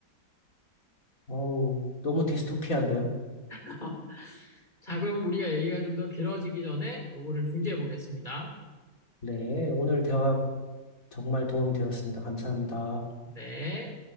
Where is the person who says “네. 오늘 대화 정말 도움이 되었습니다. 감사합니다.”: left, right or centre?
Left